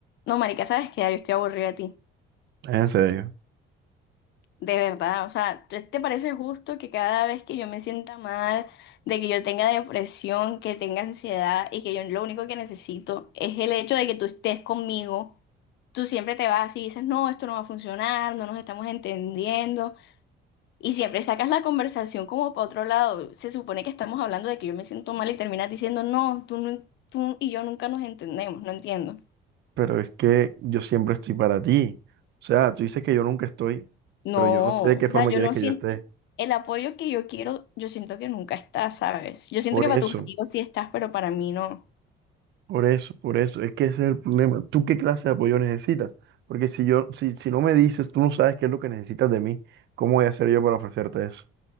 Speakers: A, on the left; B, on the right.
A: No, marica, sabes que ya yo estoy aburrida de ti.
B: En serio,
A: De verdad, o sea, ¿tú- ¿te parece justo que cada vez que yo me sienta mal, de que yo tenga depresión, que tenga ansiedad y que yo lo único que necesito es el hecho de que tú estés conmigo? Tú siempre te vas y dices, no, esto no va a funcionar, no nos estamos entendiendo. Y siempre sacas la conversación como para otro lado. Se supone que estamos hablando de que yo me siento mal y terminas diciendo, no, tú, no, tú y yo nunca nos entendemos, no entiendo.
B: pero es que yo siempre estoy para ti. O sea, tú dices que yo nunca estoy,
A: No,
B: pero yo no sé de qué
A: o
B: forma
A: sea, yo
B: quieres
A: no
B: que
A: siento
B: yo esté.
A: el apoyo que yo quiero, yo siento que nunca está, ¿sabes? Yo siento
B: Por
A: que para
B: eso,
A: tus amigos sí estás, pero para mí no.
B: por eso, por eso. Es que ese es el problema. ¿Tú qué clase de apoyo necesitas? Porque si yo, si, si no me dices, tú no sabes qué es lo que necesitas de mí, ¿cómo voy a hacer yo para ofrecerte eso?